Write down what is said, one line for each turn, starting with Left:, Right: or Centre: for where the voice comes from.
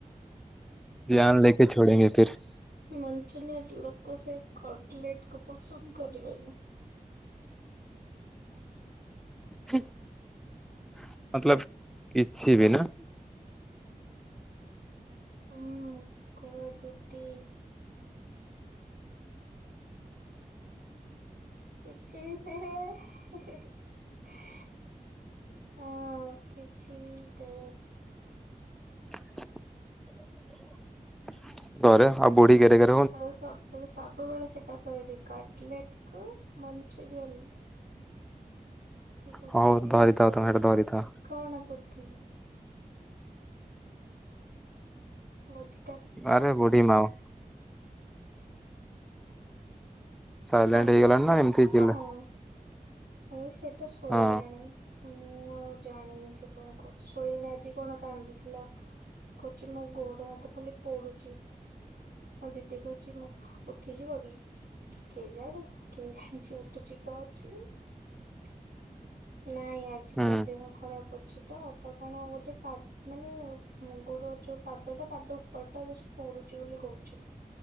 Centre: ଜାନ ଲେକେ ଛୋଡ଼େଙ୍ଗେ ତେରେ।
Right: ମଞ୍ଚୁନିୟର ଲୋକ ସେ କଟଲେଟ କୁ ପସନ୍ଦ କରିବେନି।
Centre: ହୁଁ ମତଲବ କିଛି ବି ନା?
Right: ହୁଁ କୁଆଡୁଟି। କିଛି ବି ନେହେ ହେ। ହେ ହଁ କିଛି ବି ତ
Centre: <inaudible> ଘରେ। ଆଉ ବୁଢ଼ୀ ଗେରେଗେରେ
Right: ତ ସବୁବେଳେ ସବୁବେଳେ ସେଇଟା କହିବି କଟଲେଟ କୁ ମଞ୍ଚୁରିୟାନ। ବୁଦ୍ଧି
Centre: ହଉ ଧରିଥାଉ ତମେ ସେଟା ଧରିଥାଅ।
Right: କଣ ବୁଦ୍ଧି? କୋଉଠି?
Centre: ଆରେ ବୁଢୀ ମା ଓଁ। ସାଇଲେଣ୍ଟ
Right: ଆଚ୍ଛା
Centre: ହେଇଗଲାଣି
Right: ବୁଢୀ
Centre: ନା ଏମିତି ଚିଲ
Right: ମା ଆଚ୍ଛା ସେ ତ ଶୋଇଲାଣି।
Centre: ହଁ
Right: ଆଉ ମୁଁ ଆଉ ଜାଣିନି ସେ କଣ କରୁଛି। ଶୋଇନି ଆଜି କଣ କାନ୍ଦୁଥିଲା। କହୁଛି ମୋ ଗୋଡ଼ ହାତ ଖାଲି ପୋଡ଼ୁଛି। ଆଁ ଦିଦି କହୁଛି ମୋ ଉଠିଯିବ କି? କେ ଜାଣି କିଏ ଜାଣିଛି ଉଠୁଛି କି କଣକରୁଛି। ନାଇଁ ଆଜି
Centre: ହୁଁ
Right: ତା ଦେହ ଖରାପ ଅଛି ତ ତା କଣ ଗୋଟେ ପା ମାନେ ଗୋଡ଼ ଯୋଉ ପାଦଟା ପାଦ ଉପରଟା ପଡ଼ୁଛି ବୋଲି କହୁଛି।